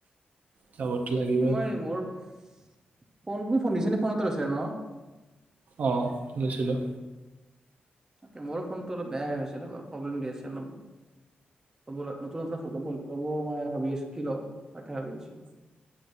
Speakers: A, on the right; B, on the right.
A: যাবতো লাগিবই।
B: মই মোৰ। ফোন তুমি ফোন নিছে নি ফোন এ লৈছা ন।
A: অ লৈছিলোঁ
B: তাকে মোৰো ফোনটো অলপ বেয় হৈছে ৰ প্ৰব্লেম দি আছে অলপব নতুনব লব মই ভাবি আছো কি ল তাকে ভাবি আছো।